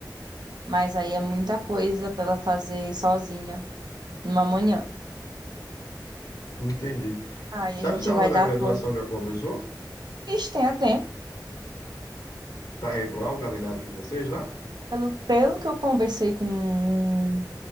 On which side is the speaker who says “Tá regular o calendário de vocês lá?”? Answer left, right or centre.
Left